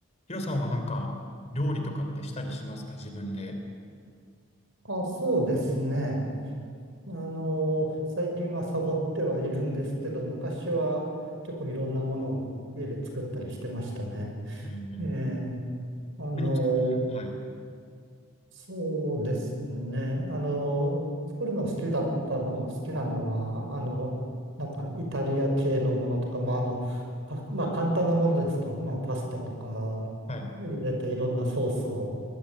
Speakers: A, on the left (about 30°); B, on the right (about 55°).
A: ヒロさんはなんか、料理とかってしたりしますか自分で。
B: あ、そうですね。あの、最近はサボってはいるんですけど、昔は結構いろんなものを家で作ったりしてましたね。
A: ねえね
B: ええ、あの、
A: え、何作ってるはい。
B: そうですね。あの、作るの好きだったの、好きなのは、あの、なんかイタリア系のものとか、まあ、あの、パまあ、簡単なものですと、まあ、パスタとか
A: はい。
B: 入れていろんなソースを